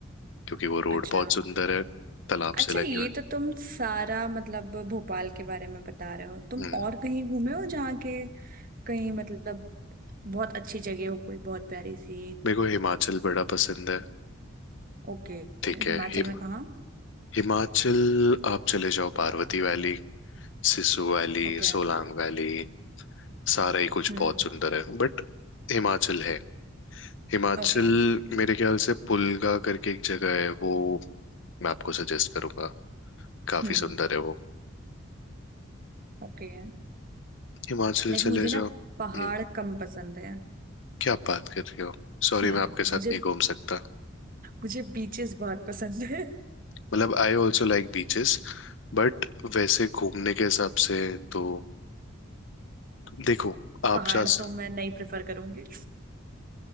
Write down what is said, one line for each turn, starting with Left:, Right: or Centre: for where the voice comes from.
Left: क्योंकि वो रोड
Right: अच्छा
Left: बहुत सुंदर है तालाब
Right: अच्छा
Left: से लगी
Right: ये
Left: हुई
Right: तो तुम सारा मतलब भोपाल के बारे में बता रहे हो तुम
Left: है हम्म
Right: और कहीं घूमे हो जहाँ के कहीं मतलब बहुत अच्छी जगह हो कोई बहुत प्यारी सी
Left: मेरे को हिमाचल बड़ा पसंद है
Right: ओके
Left: ठीक
Right: हिमाचल
Left: है हिम
Right: में कहाँ
Left: हिमाचल आप चले जाओ Parvati valley Sisu valley
Right: Okay
Left: Solang valley सारा ही कुछ
Right: Hmm
Left: बहुत सुंदर है बट हिमाचल है हिमाचल
Right: Okay
Left: मेरे ख्याल से पुलगा करके एक जगह है वो मैं आपको सजेस्ट करूंगा काफी
Right: Hmm
Left: सुंदर है वो
Right: Okay
Left: हिमाचल
Right: like
Left: चले
Right: मुझे ना
Left: जाओ हम्म
Right: पहाड़ कम पसंद है
Left: क्या बात कर रहे हो सॉरी
Right: हम्म
Left: मैं आपके साथ
Right: मुझे
Left: नहीं घूम सकता
Right: मुझे बीचेस बहुत पसंद है
Left: मतलब I also like beaches but वैसे घूमने के हिसाब से तो देखो
Right: <laughs>
Left: आप
Right: पहाड़
Left: जा सक-
Right: तो मैं नहीं प्रेफर करूंगी